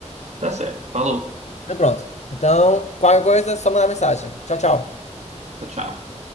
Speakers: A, on the right; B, on the left.
A: Tá certo. Falou.
B: Então pronto. Então, qualquer coisa, só mandar mensagem. Tchau, tchau.
A: Tchau, tchau.